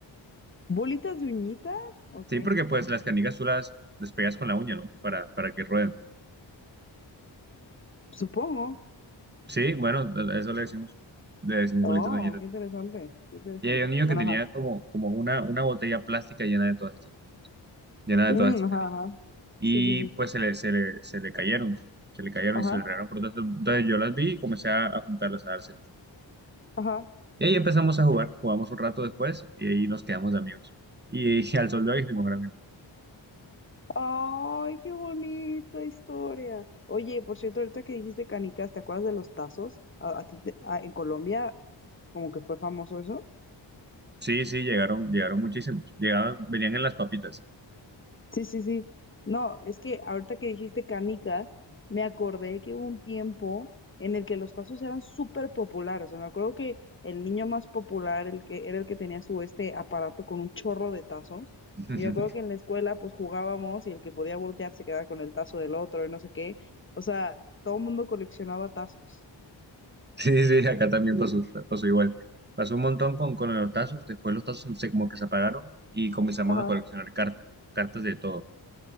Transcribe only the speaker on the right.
Sí, porque pues las canicas tú las, despegas con la uña, ¿no? Para, para que rueden.
Sí, bueno, a eso le decimos, le decimos
bolitas de uñita.
Y había un niño
que tenía
como, como una, una botella plástica llena de todas estas, llena de
todas estas
canicas.
y
pues se le, se le, se le cayeron, se le cayeron
y se le regaron por todas- Entonces yo las vi y comencé a, a juntarlas, a dárselas.
Y ahí empezamos a jugar, jugamos un rato después y ahí nos quedamos de amigos. Y, <laughs> al sol de hoy es mi mejor amigo.
Sí, sí, llegaron, llegaron muchísimos. Llegaban, venían en las papitas.
<laughs>
Sí, sí, acá también pasó, pasó igual. Pasó un montón con, con los tazos, después los tazos no sé, como que se apagaron y comenzamos
a coleccionar cartas, cartas de todo.